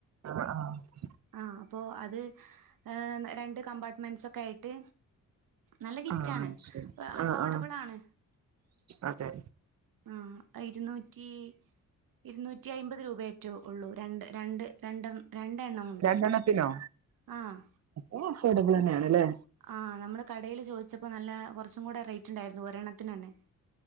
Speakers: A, on the right (about 50°); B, on the right (about 75°).
A: ആഹ് ആഹ്
B: ആഹ് അപ്പോ അത് ആഹ് രണ്ട് കമ്പാർട്ട്മെൻസൊക്കായിട്ട് നല്ല കിറ്റാണ്
A: ആഹ് ശരി
B: ഏ അഫോർട്ടബ്ളാണ്
A: ആഹ് ആഹ് അതെ
B: ആഹ് ഇര്ന്നൂറ്റി ഇരുന്നൂറ്റി അയ്മ്പത് രൂബേറ്റെ ഉള്ളു രണ്ട് രണ്ട് രണ്ടെൺ രണ്ടെണ്ണമുണ്ട്
A: രണ്ടെണ്ണത്തിനൊ
B: ആഹ്
A: ഓഹ് അഫോട്ടബ്ളന്നേണ്ലെ
B: ആഹ് നമ്മള് കടയില് ചോദിച്ചപ്പൊ നല്ലാ കൊറ്ച്ചും കൂട റെയ്റ്റ്ണ്ടായ്ര്ന്നു ഒരെണ്ണത്തിനന്നെ